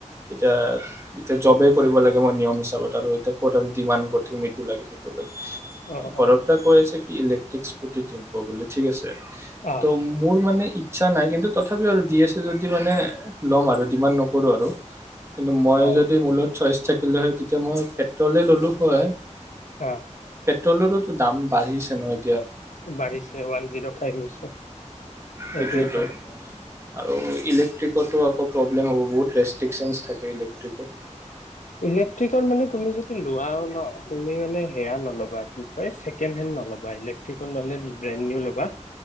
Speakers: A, on the right; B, on the left.
A: এতিয়া এতিয়া জবে কৰিব লাগিব মই নিয়ম হিচাপত আৰু এতিয়া ক'ত আৰু ডিমাড কৰি ঠাকিম সেতু লাগে মিটো
B: অ
A: ঘৰৰ
B: অ
A: পৰা কৈ আছে কি ইলেক্ট্ৰিস্কত <unintelligible> ঠিক আছে
B: অ
A: ত' মোৰ মানে ইচ্ছা নাই কিন্তু তথাপিও আৰু দি এছে যদি মানে ল'ম আৰু ডিমাধ নকৰোঁ আৰু কিন্তু মই
B: অ
A: যদি মূলত ছয়ইছ চাইকেল হয় তেতিয়া মই পেট্ৰলে ল'লোঁ হয়
B: অ
A: টলৰতো দাম বাঢ়িছে নহয়
B: বাঢ়িছে ওৱান জিৰ' ফাইভ হৈছে
A: সেইটোৱেতো
B: এক লিটাৰ
A: আৰু ইলেক্ট্ৰিকতো আকৌ প্ৰব্লেম হ'ব এই ইলেক্ট্ৰিকত
B: ইলেক্ট্ৰিকৰ মানে তুমি যদি লোৱাও ন তুমি মানে সেয়া নল'বা কি কয় ছেকেণ্ড হেণ্ড নল'বা ইলেক্ট্ৰিকেল নলে ব্ৰেণ্ড নেও ল'বা